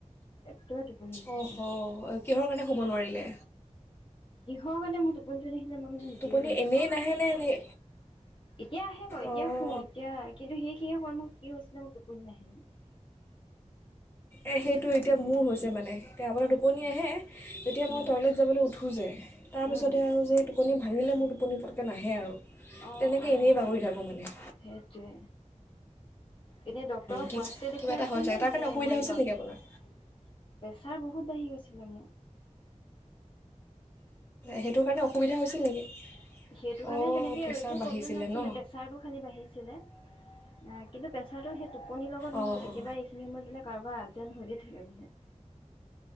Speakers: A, on the left; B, on the left.
A: একেবাৰে টোপনি নাহিলে।
B: অঁ হ কিহৰ কাৰণে শুব নোৱাৰিলে
A: কিহৰ কাৰণে মোৰ <unintelligible> কোনজনী - মই মানে নিজেও
B: টোপনি
A: গম
B: এনেই
A: নাপাওঁ।
B: নাহেনে এনেই
A: এতিয়া আহে বাৰু এতিয়া
B: অঁ
A: শুওঁ এতিয়া কিন্তু সেই কি হল মোৰ, কি হৈছে মোৰ টোপনি নাহে মানে
B: এ সেইটো এতিয়া
A: অ'
B: মোৰ হৈছে মানে। আপোনাৰ টোপনি আহে, যেতিয়া
A: উম
B: মই টয়লেট যাবলৈ উঠো যে, তাৰ
A: উম
B: পিছতে আৰু যে এই টোপনি ভাঙিলে মোৰ টোপনি পতকে নাহে আৰু
A: অ'
B: তেনেকৈ
A: অ'।
B: এনেই বাগৰি থাকোঁ মানে
A: সেইটোৱে এতিয়া ডক্তৰক
B: কি
A: গুৱাহাটতে দেখুৱাই
B: কিবা এটা
A: আছে
B: হয় চাগে
A: নে
B: তাৰ
A: নে
B: কাৰণে অসুবিধা
A: মৰিগাঁৱত?
B: হৈছিল নেকি আপোনাৰ
A: প্ৰেচাৰ বহুত বাঢ়ি গৈছে। <unintelligible>
B: সেইটোৰ কাৰণে অসুবিধা হৈছিল নেকি?
A: সেইটো কাৰণে
B: অঁ
A: তেনেকে
B: প্ৰেছাৰ
A: একো
B: বাঢ়িছিলে
A: প্ৰব্লেম নাছিলে,
B: ন
A: প্ৰেছাৰটো খালি বাঢ়িছিলে। এহ, কিন্তু প্ৰেছাৰটো সেই টোপনিৰ লগত
B: অঁ
A: নহল কেতিয়াবা
B: অঁ
A: এইখিনি সময়ত বোলে কাৰোবাৰ আপ দাউন হৈয়ে থাকে বোলে।